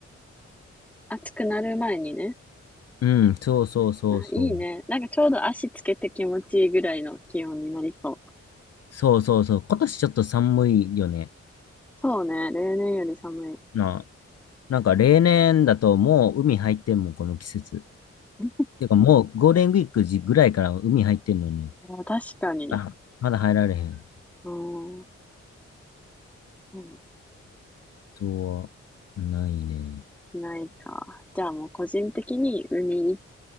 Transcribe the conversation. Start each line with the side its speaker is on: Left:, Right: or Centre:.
Centre: 暑くなる前にね。
Left: うん、そうそうそうそう。
Centre: あ、いいね。なんかちょうど足つけて気持ちいいぐらいの気温になりそう。
Left: そうそうそう。今年ちょっと寒いよね。
Centre: そうね、例年より寒い。
Left: な、なんか例年だともう海入ってんもん、この季節。
Centre: <laughs>
Left: てかもうゴールデンウィーク時ぐらいから海入ってんのに、
Centre: あー確かに。
Left: あ、まだ入られへん。
Centre: あーうん
Left: とは、ないね。
Centre: ないか。じゃあもう個人的に海い、